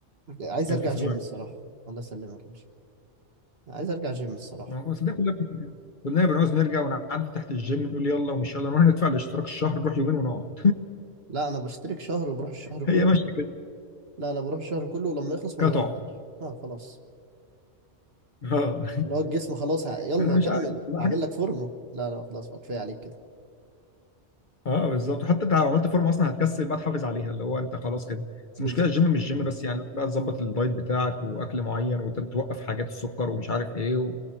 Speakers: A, on the right; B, on the left.
A: عايز
B: الف
A: أرجع
B: سلامه
A: جيم الصراحة الله يسلمك يا باشا عايز أرجع جيم الصراحة
B: ما هو بس ده كلنا بن- كلنا بنعوز نرجع ونعدي تحت الجيم نقول يلا ومش يلا نروح ندفع الاشتراك الشهر نروح يومين ونقعد
A: لا أنا بشترك شهر وبروح الشهر كله
B: هي ماشيه كده
A: لا لا بروح الشهر كله ولما يخلص ما
B: قطع
A: بجددش اه خلاص
B: اه
A: اللي هو الجسم خلاص ه...
B: <laughs>
A: يلا
B: انا مش
A: هكمل
B: عارف لا،
A: هعمل لك فورمة لا لا خلاص بقى كفاية عليك كده
B: اه بالظبط حتى انت لو عملت فورمه اصلا هتكسل بقى تحافظ عليها اللي هو انت خلاص كده بس
A: بالظبط
B: المشكله الجيم مش جيم بس يعني بقى تظبط الدايت بتاعك واكل معين وتوقف حاجات السكر ومش عارف ايه و...